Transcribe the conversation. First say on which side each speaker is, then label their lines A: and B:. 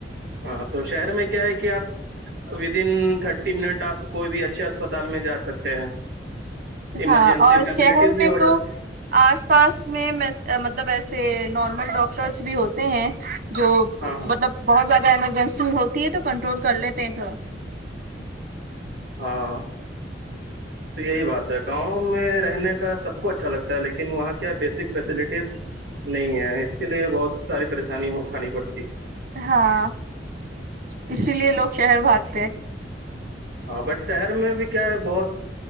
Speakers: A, on the right; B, on the right.
A: ہاں تو شہر میں کیا ہے کہ آپ ودن تھرٹی منٹ آپ کوئی بھی اچھے اسپتال میں جا سکتے ہیں ایمرجنسی
B: ہاں اور
A: فیسلٹیز
B: شہر
A: بھی
B: میں
A: ہو
B: تو
A: جاتی
B: آس پاس میں مطلب ایسے نارمل ڈاکٹرس بھی ہوتے ہیں جو
A: ہاں ہاں
B: مطلب بہت زیادہ ایمرجنسی ہوتی ہے تو کنٹرول کر لیتے ہیں تھوڑا
A: ہاں تو یہی بات ہے گاؤں میں رہنے کا سب کو اچھا لگتا ہے لیکن وہاں کیا بیسک فیسلٹیز نہیں ہے اس کے لیے بہت ساری پریشانی اٹھانی پڑتی ہے
B: ہاں اسی لیے لوگ شہر بھاگتے ہیں
A: ہاں بٹ شہر میں بھی کیا ہے بہت